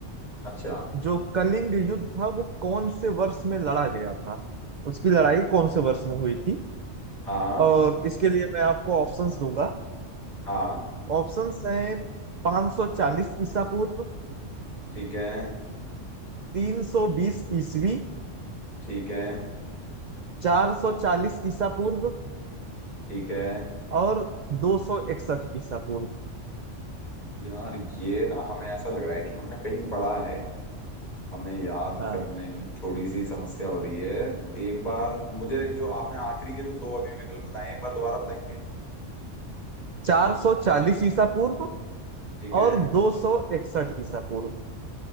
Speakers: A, on the left; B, on the right.
A: अच्छा
B: जो कलिंग युद्ध था वो कौन से वर्ष में लड़ा गया था उसकी लड़ाई कौन से वर्ष में हुई थी
A: हाँ हाँ
B: और इसके लिए मैं आपको ऑप्शंस दूंगा
A: हाँ
B: ऑप्शंस हैं 540 ईसा पूर्व
A: ठीक है
B: 320 ईसवी
A: ठीक है
B: 440 ईसा पूर्व
A: ठीक है
B: और 261 ईसा पूर्व
A: यार ये ना हमें ऐसा लग रहा है कि हमने कहीं पढ़ा है हमें याद
B: हाँ
A: करने में थोड़ी सी समस्या हो रही है एक बार मुझे जो आपने आखिरी के जो दो अभी विकल्प बताए एक बार दोबारा बताएंगे
B: चार सौ चालीस ईसा पूर्व
A: ठीक है
B: और दो सौ इकसठ ईसा पूर्व